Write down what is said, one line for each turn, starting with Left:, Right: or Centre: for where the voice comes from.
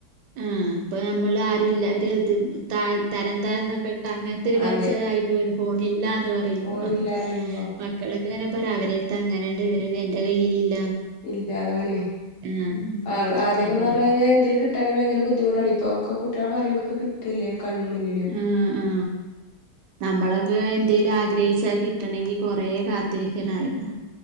Right: ആ പ്പോ നമ്മൾ ആരുല്ലാ ഒരിത് ത്താ തരംതാഴ്ന്ന പേ അങ്ങൻത്തൊരു കൾച്ചറായിപോയി
Left: അതെ
Right: ണ്. ഫോണില്ലാ ന്ന് പറയുമ്പോ
Left: ഫോണില്ലാ പറയുമ്പോ
Right: മക്കൾ ഇങ്ങനെ പറ അവരെട്ത്ത് അങ്ങനെണ്ട് ഇവരെ ത് എന്റെ കയ്യിലില്ല
Left: ഇല്ലതാണെ
Right: ആഹ്
Left: ആ ആദ്യക്കേ
Right: അതെ
Left: പർഞ്ഞ ഞാ എന്തെലും കി ട്ടനെ ഭയങ്കര ബുദ്ധിമുട്ടാണ് ഇപ്പൊ ഒക്കെ കുട്ട്യള് പറീ ബൊക്കെ കിട്ടല്ലേ കൺമുന്നില്
Right: ആ ആ നമ്മളക്കാ എന്തേലും ആ ഒരൈസാ കിട്ടണങ്കി കൊറേ കാത്തിരിക്കാണായിരുന്നു.